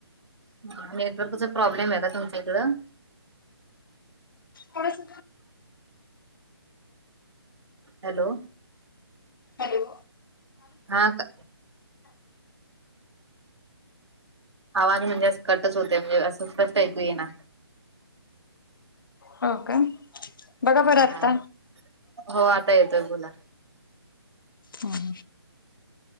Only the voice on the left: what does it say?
थो त्रास
हॅलो
हो का बघा बरं
आत्ता
हम